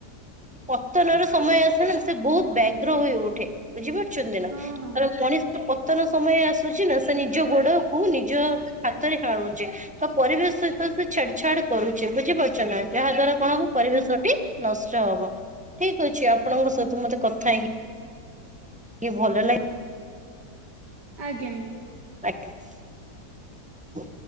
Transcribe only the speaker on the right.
ହଁ
ହଁ
ଆଜ୍ଞା
ଆଜ୍ଞା ଆଜ୍ଞା।